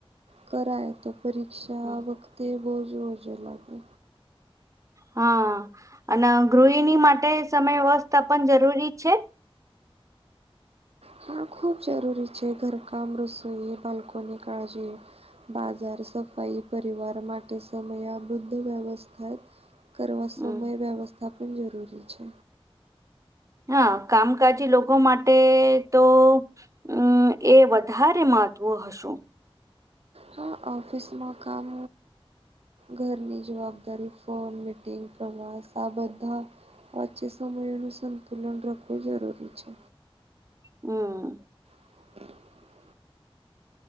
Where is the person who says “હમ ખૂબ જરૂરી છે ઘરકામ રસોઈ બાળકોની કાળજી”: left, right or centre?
Right